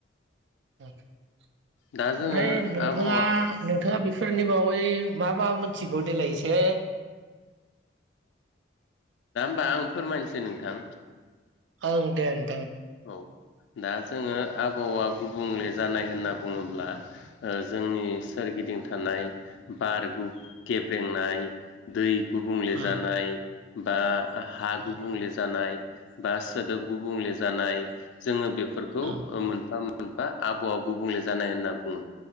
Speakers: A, on the right (about 70°); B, on the left (about 75°).
A: ओमफ्राय
B: दा जोङो
A: नोंथाङा
B: आबहावा
A: नोंथाङा बिफोरनि बावै मा मा मोनथिगौ देलाय एसे
B: होनोबा आं फोरमायनोसै नोंथां।
A: ओं देन
B: औ दा जोङो आबहावा गुबुंले जानाय होनना बुङोब्ला ओ जोंनि सोरगिदिं थानाय बार उम गेब्रेंनाय दै गुबुंले
A: ओं
B: जानाय बा हा
A: ओं
B: गुबुंले जानाय बा सोदोब गुबुंले जानाय जोङो बेफोरखौ
A: ओं
B: मोनफा मोनफा आबहावा गुबुंले जानाय होनना बुङो